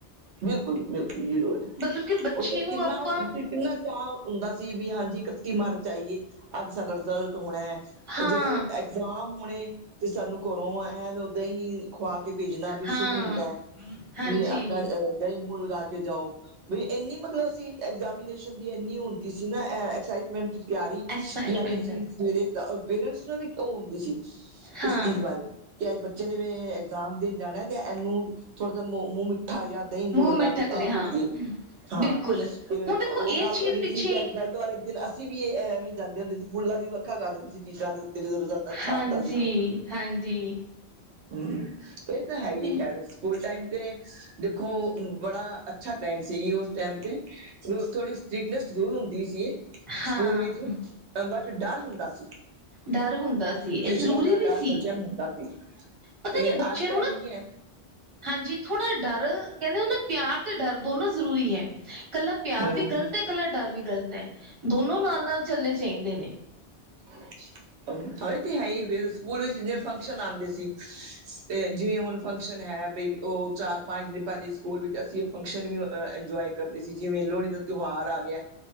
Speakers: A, on the right; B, on the right.
A: ਬਿਲਕੁਲ ਜੀ, ਬਿਲਕੁਲ ਜ਼ੀਰੋ ਹੈ।
B: ਮਤਲਬ ਕਿ ਬੱਚੇ
A: ਓਹ
B: ਨੂੰ
A: ਕਿੰਨਾ,
B: ਆਪਾਂ
A: ਕਿੰਨਾ ਚਾਅ, ਹੁੰਦਾ ਸੀ ਵੀ ਹਾਂਜੀ ਇਕੱਤੀ ਮਾਰਚ ਆਈ ਏ, ਅੱਜ ਸਾਡਾ ਰਿਜ਼ਲਟ ਹੋਣੈ।
B: ਹਾਂ
A: ਓ ਜਦੋਂ ਜ਼ਾਮ ਹੋਣੇ ਤੇ ਸਾਨੂੰ ਘਰੋਂ ਐਂ ਓਦਾਂ ਈਂ ਖਵਾ ਕੇ ਭੇਜਨਾ ਬੀ
B: ਹਾਂ
A: ਸ਼ੁੱਭ ਹੁੰਦੈ।
B: ਹਾਂਜੀ
A: ਵੀ ਆਪਣਾ ਦਈਂ ਮੂੰਹ ਲਗਾ ਕੇ ਜਾਓ। ਵੀ ਐਨੀ ਮਤਲਬ ਸੀਂ ਐਗਜਾਮੀਨੇਸ਼ਨ ਦੀ ਐਨੀ ਹੁੰਦੀ ਸੀ ਨਾ ਐ ਐਕਸਾਈਟਮੈਂਟ ਤਿਆਰੀ
B: ਐਕਸਾਈਟਮੈਂਟ
A: ਕਿ ਅੱਜ ਅਸੀਂ ਸਵੇਰੇ ਪੇਰੈਂਟਸ ਨੂੰ ਵੀ ਓ ਇਸੀ ਇਸ
B: ਹਾਂ
A: ਚੀਜ਼ ਬਾਰੇ ਕਿ ਅੱਜ ਬੱਚੇ ਨੇ ਵੀ ਐਗਜ਼ਾਮ ਦੇਨ ਜਾਨੈ ਤੇ ਐਨੂੰ ਥੋੜ੍ਹਾ ਜਿਹਾ ਮੂੰਹ ਮਿੱਠਾ ਜਾਂ ਦਈਂ ਮੂੰਹ ਲਗਾ
B: ਮਿੱਠਾ
A: ਕੇ ਤਾਂ
B: ਕਰੇ ਹਾਂ
A: ਭੇਜੀਏ। ਹਾਂ,
B: ਬਿਲਕੁਲ
A: ਤੇ
B: ਹੁਣ ਦੇਖੋ
A: ਓਹ
B: ਇਸ
A: ਗੱਲ
B: ਚੀਜ਼
A: ਤਵਾਡੀ
B: ਪਿੱਛੇ
A: ਠੀਕ ਹੈ ਬਈ ਲਟ ਵਾਲੇ ਦਿਨ ਅਸੀਂ ਵੀ ਐਵੇਂ ਈ ਜਾਂਦੇ ਹੁੰਦੇ ਸੀ। ਫੁੱਲਾਂ ਦੀ ਵਰਖਾ ਕਰ ਦੇਂਦੇ ਸੀ ਟੀਚਰਾਂ ਦੇ ਉ ਤੇ ਜਦੋਂ ਰਿਜ਼ਲਟ ਅੱਛਾ
B: ਹਾਂਜੀ
A: ਹੁੰਦਾ ਸੀੇ ਤੇ
B: ਹਾਂਜੀ
A: ਹੂੰ ਹੂੰ, ਏ ਤਾਂ ਹੈ ਹੀ
B: ਤੇ
A: ਐ ਕਹਿਲੋ, ਸਕੂਲ ਟਾਈਮ ਤੇ ਦੇਖੋ ਬੜਾ ਅੱਛਾ - ਟਾਈਮ ਸੀ, ਉਸ ਟੈਮ ਤੇ ਥੋੜੀ ਸਟਿਕਨੈਸ ਜ਼ਰੂਰ ਹੁੰਦੀ ਸੀ।
B: ਹਾਂ
A: ਸਕੂਲ ਵਿੱਚ, ਬੱਟ ਡਰ ਹੁੰਦਾ ਸੀ।
B: ਡਰ ਹੁੰਦਾ ਸੀ ਇਹ
A: ਟੀਚਰਾਂ
B: ਜ਼ਰੂਰੀ
A: ਦਾ
B: ਵੀ
A: ਡਰ
B: ਸੀ
A: ਬੱਚਿਆਂ ਨੂੰ ਹੁੰਦਾ ਸੀ।
B: ਪਤਾ
A: ਤੇ
B: ਕਿ ਬੱਚੇ
A: ਅੱਜ-ਕੱਲ
B: ਨੂੰ ਨਾ
A: ਨਹੀਂ ਐ।
B: ਹਾਂਜੀ, ਥੋੜ੍ਹਾ ਡਰ ਕਹਿੰਦੇ ਹੁੰਦੇ ਨਾ ਪਿਆਰ ਤੇ ਡਰ ਦੋਨੋ ਜ਼ਰੂਰੀ ਐ। ਕੱਲਾ ਪਿਆਰ
A: ਹਮ
B: ਵੀ ਗ਼ਲਤ ਐ, ਕੱਲਾ ਡਰ ਵੀ ਗ਼ਲਤ ਐ, ਦੋਨੋ ਨਾਲ-ਨਾਲ ਚੱਲਣੇ ਚਾਹੀਦੇ ਨੇ।
A: ਅੱਛਾ। ਹਾਂ ਐ ਤੇ ਹੈ ਹੀ, ਫੇਰ ਸਕੂਲ ਵਿੱਚ ਜਿੰਨੇ ਫੰਕਸ਼ਨ ਆਂਦੇ ਸੀ ਤੇ ਜਿਵੇਂ ਹੁਣ ਫੰਕਸ਼ਨ ਹੈ ਬਈ ਓ ਚਾਰ ਪੰਜ ਦਿਨ ਪਹਿਲੇ ਸਕੂਲ ਵਿੱਚ ਅਸੀਂ ਫੰਕਸ਼ਨ ਵੀ ਇੰਜੋਏ ਕਰਦੇ ਸੀ, ਜਿਵੇਂ ਲੋਹੜੀ ਦਾ ਤਿਉਹਾਰ ਆ ਗਿਆ।